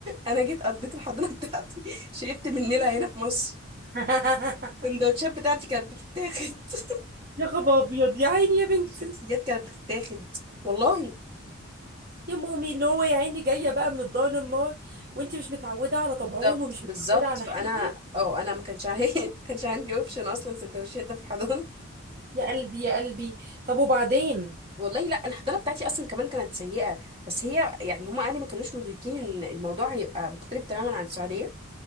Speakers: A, on the right (about 25°); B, on the right (about 45°).
A: انا جيت قضيت الحضانه بتاعتي شربت من نيلها هنا في مصر
B: <laughs>
A: السندوتشات بتاعتي كانت بتتاخد <laughs>
B: يا خبر ابيض يا عيني يا بنتي
A: الشمسيات كانت بتتاخد والله
B: يا مومي اللي هو يا عيني جايه بقى من الدار للنار وانت مش متعوده على طبعهم
A: بالظبط
B: ومش
A: بالظبط
B: متعوده على
A: فانا
B: حاجه
A: اه انا ما كانش عندي <laughs> ما كانش عندي اوبشن اصلا سندوتشات ده في الحضانه
B: يا قلبي يا قلبي طب وبعدين
A: والله لا الحضانه بتاعتي اصلا كمان كانت سيئه بس هي يعني هم اهلي ما كانوش مدركين ان الموضوع هيبقى مختلف تماما عن السعوديه